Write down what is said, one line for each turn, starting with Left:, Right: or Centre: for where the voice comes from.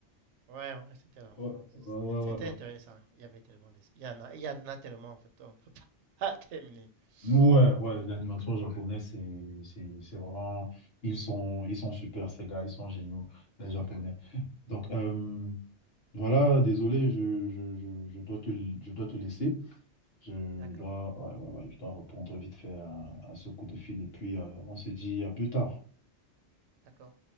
Right: Ouais, ouais, c'était l'enfance.
Left: ouais, ouais, ouais,
Right: C'était
Left: ouais.
Right: c'était
Left: ouais.
Right: intéressant. Il y avait tellement de... Il y en a, il y en a tellement en fait, on peut <laughs> pas terminer.
Left: Ouais, ouais,
Right: Tellement.
Left: l'animation japonaise, c'est, c'est, c'est vraiment, ils sont, ils sont super, ces gars, ils sont géniaux, les Japonais. Donc, euh, voilà, désolé, je, je, je, je dois te, je dois te laisser. Je
Right: d'accord,
Left: dois, ouais, ouais, ouais, je dois répondre vite fait à, à ce coup de fil et puis euh, on se dit à plus tard.
Right: d'accord.